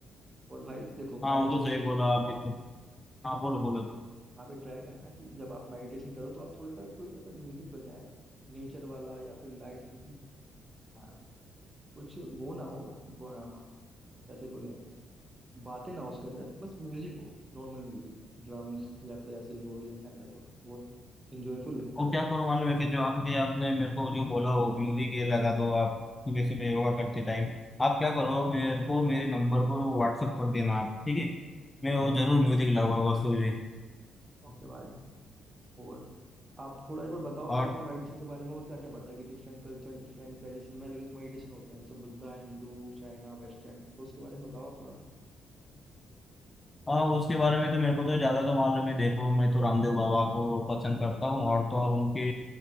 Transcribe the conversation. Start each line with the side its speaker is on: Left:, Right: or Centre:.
Right: और भाई देखो
Left: हाँ
Right: मैं
Left: वो
Right: एक चीज
Left: तो
Right: और
Left: सही
Right: सजेस्ट
Left: बोला
Right: करूंगा
Left: आप एकदम हाँ बोलो बोलो बोलो
Right: आप ये ट्राई करना कि जब आप मेडिटेशन करो तो आप थोड़ा सा कोई ऐसा म्यूजिक बजाए नेचर वाला या फिर लाइट बिल्कुल हाँ कुछ वो ना हो ब- कैसे बोले बातें ना हो उसके अंदर बस म्यूजिक हो नॉर्मल म्यूजिक ड्रम्स या फिर ऐसे वोयलिन ऐसा तो बहुत इंजॉयफुल लगता
Left: और
Right: है वो
Left: क्या करो मालूम है कि जो आपने आपने मेरे को जो बोला हो म्यूजिक ये लगा दो आप सुबह सुबह योगा करते टाइम आप क्या करो मेरे को मेरे नंबर पर वो व्हाट्सअप कर देना आप ठीक है
Right: ठीक
Left: मैं वो
Right: है
Left: जरूर म्यूजिक लगाऊंगा सुबह
Right: ओके भाई और आप थोड़ा एक बार बताओ
Left: और
Right: कि आपको मेडिटेशन के बारे में और क्या क्या पता है कि डिफरेंट कल्चर डिफरेंट ट्रेडिशन में अलग अलग मेडिटेशन होते हैं जैसे बुद्धा हिंदू चाइना वेस्टर्न तो उसके बारे में बताओ आप थोड़ा
Left: हाँ उसके बारे में तो मेरे को तो ज्यादा तो मालूम है देखो मैं तो रामदेव बाबा को पसंद करता हूँ और तो और उनके